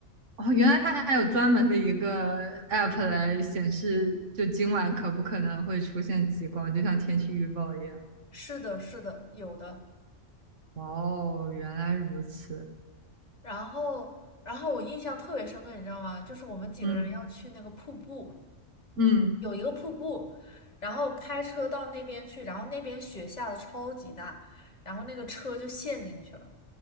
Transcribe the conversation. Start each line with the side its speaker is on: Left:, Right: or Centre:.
Right: 哦，原来它还有专门的一个 app 来显示，就今晚可不可能会出现极光，就像天气预报一样。
Left: 是的，是的，有的。
Right: 哇哦，原来如此。
Left: 然后，然后我印象特别深刻，你知道吗？就是我们几个人要去那个瀑布，
Right: 嗯嗯，
Left: 有一个瀑布，然后开车到那边去，然后那边雪下的超级大，然后那个车就陷进去了。